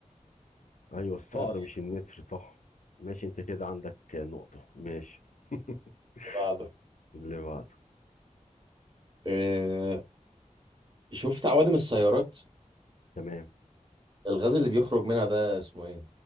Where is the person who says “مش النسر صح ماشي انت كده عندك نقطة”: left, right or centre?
Left